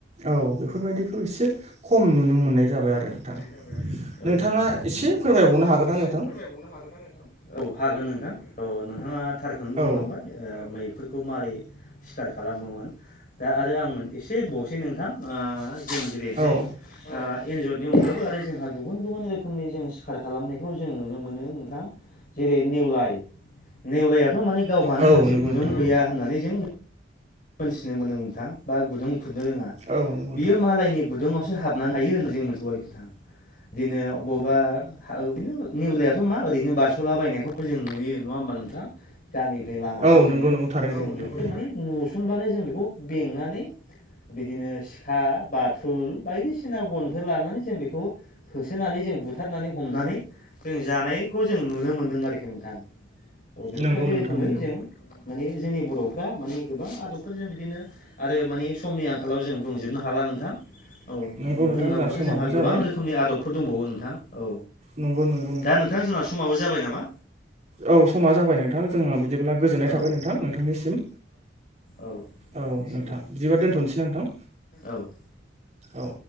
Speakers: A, on the right; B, on the left.
A: औ बेफोरबायदिखौ एसे खम नुनो मोननाय जाबाय आरो नोंथां।
B: औ
A: नोंथाङा
B: नंगौ।
A: एसे
B: नोंथाङा
A: फोरमायबावनो हागोन
B: एसे
A: ना नोंथां
B: फोरमायबावनो हागोन ना नोंथां औ हागोन नोंथां औ नोंथाङा थारखौनो बुंलां!
A: औ
B: मैफोरखौ माबारै सिखार खालामोमोन दा आरो आं एसे बसै नों थां जों जेरैहाय
A: औ
B: एन्जरनि अनगायैबो आरो। जोंहा गुबुन गुबुन रोखोमनि जों सिखार खालामनायखौ जों नुनो मोनो नोंथां जेरै निवलाय नेवलायाथ' माने गावहानो
A: औ
B: मोनसे
A: नंगौ
B: गुदुं
A: नोंथां
B: गैया होननानै जों मोनथिनो मोनोनो नोंथां बा गुदुं खुरनो रोङा
A: औ नंगौ
B: बियो
A: नोंथां
B: मालायनि गुदुङावसो हाबनानै हायो होननानै जों मोनजोोबौ आरोखिथां बिदिनो बबेबा नो नेवलायथ' मा ओरैनो बारस'लाबायायनायखौ जों नुयो नङा होमबा नोंथां। गामिफोर लामाफोरजोंनो
A: औ नंगौ नंगौ थारै
B: जों
A: नंगौ नोंथां
B: बेखौथ माने न जों बेखौ बेंनानै बिदिनो सिखा बाथुल बायदिसिना गनफोर लानानै जों बेखौ होसोनानै ज जों बुथारनानै हमनानै जों जानायखौ जों नुनो मोन्दों आरोखि नोंथां। औ बेफोरबायदि
A: नंगौ नोंथां
B: रोखोमै
A: नंगौ
B: जों माने जोंनि बर'फ्रा माने गोबां। डक्टरजों बिदिनो आरो माने समनि आंखालाव जों बुंजोबनो हाला नोंथां। औ
A: नंगौ नोंथां
B: बुंनांगौबथ'
A: समाबो
B: जोंहा गोबां
A: जाबाय
B: रोखोमनि आदबफोर दंबावो नोंथां। औ
A: नंगौ नंगौ
B: दा नोंथां जोंनाव समावबो जाबाय नामा।
A: औ समा जाबाय नोंथां जों बिदिब्ला गोजोननाय थाबाय
B: औ
A: नोंथां नोंथांनिसिम।
B: औ नोंथांनिसिमबो
A: औ नोंथां बिदिबार दोन्थ'नोसै नोंथां
B: औ
A: औ।